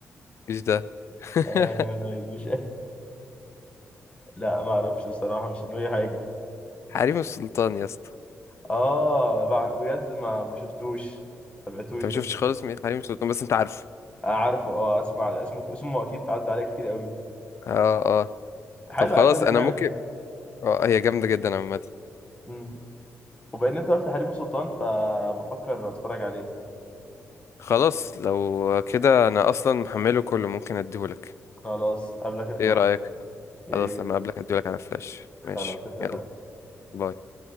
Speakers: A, on the left; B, on the left.
A: مش ده <laughs>
B: آه، مش عارف. لا ما اعرفش بصراحة مش في دماغي حاجة
A: حريم السلطان يا اسطى
B: اه مع- بجد ما ما شفتوش ما تابعتوش
A: انت ما
B: ده
A: شفتش خالص مين حريم السلطان بس انت عارفه
B: آه، عارفه اه اسمع اسمه اسمه اكيد عدى عليه كتير قوي
A: اه اه
B: حلو
A: طب خلاص
B: عجباني
A: انا
B: اللعبة
A: ممكن
B: دي
A: اه هي جامدة جدا عامة
B: امم وبان انت قلت حريم سلطان فبفكر اتفرج عليه
A: خلاص لو كده انا اصلا محمله كله ممكن اديهولك
B: خلاص قبلك اخده
A: ايه
B: معايا.
A: رأيك
B: يا
A: خلاص
B: ريت
A: لما اقابلك اديهولك على فلاش
B: خلاص
A: ماشي
B: اتفقنا
A: يلا باي